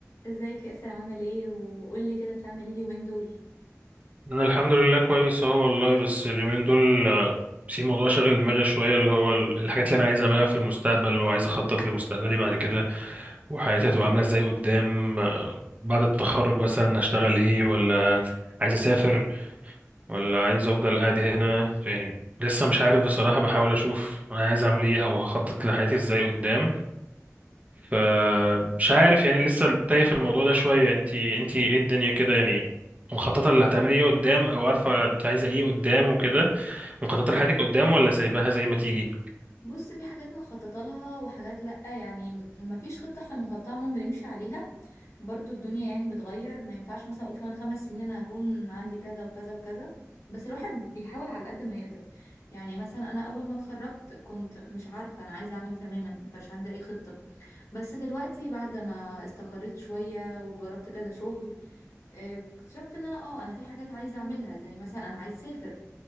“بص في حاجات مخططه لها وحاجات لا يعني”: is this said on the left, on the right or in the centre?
Left